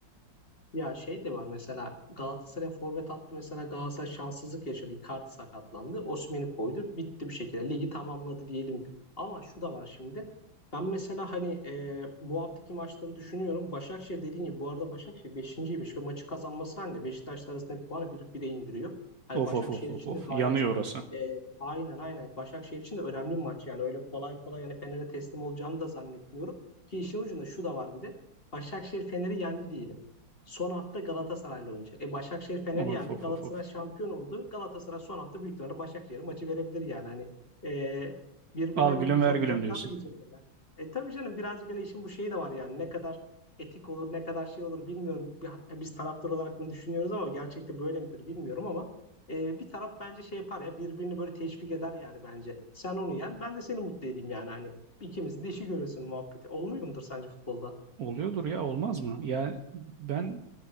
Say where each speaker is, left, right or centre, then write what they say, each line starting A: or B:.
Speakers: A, on the left (about 30°); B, on the right (about 60°).
A: Ya şey de var mesela Galatasaray forvet attı mesela Galatasaray şanssızlık yaşadı. Icardi sakatlandı. Osimhen'i koydu. Bitti bir şekilde. Ligi tamamladı diyelim. Ama şu da var şimdi. Ben mesela hani e, bu haftaki maçları düşünüyorum. Başakşehir dediğin gibi bu arada Başakşehir beşinciymiş ve maçı kazanması halinde Beşiktaş'la arasındaki puanı bir bire indiriyor. Hani
B: Of
A: Başakşehir
B: of of of
A: için
B: of
A: de gayet
B: yanıyor orası.
A: e, aynen aynen Başakşehir için de önemli bir maç yani öyle kolay kolay yani Fener'e teslim olacağını da zannetmiyorum. Ki işin ucunda şu da var bir de. Başakşehir Fener'i yendi diyelim. Son hafta Galatasaray'la oynayacak. E Başakşehir Fener'i
B: Of
A: yendi.
B: of
A: Galatasaray
B: of of.
A: şampiyon oldu. Galatasaray son hafta büyük ihtimalle Başakşehir'e maçı verebilir yani. Hani e, birbirine
B: Al gülüm
A: böyle güzel
B: ver gülüm
A: kıyaklar
B: diyorsun.
A: da geçebilirler. E tabii canım birazcık hani işin bu şeyi de var yani. Ne kadar etik olur, ne kadar şey olur bilmiyorum. Biz taraftar olarak bunu düşünüyoruz ama gerçekte böyle midir bilmiyorum ama e, bir taraf bence şey yapar ya birbirini böyle teşvik eder yani bence. Sen onu yen, ben de seni mutlu edeyim yani hani. ikimizin de işi görürsün muhabbeti. Olmuyor mudur sence futbolda?
B: Oluyordur ya olmaz mı? Yani ben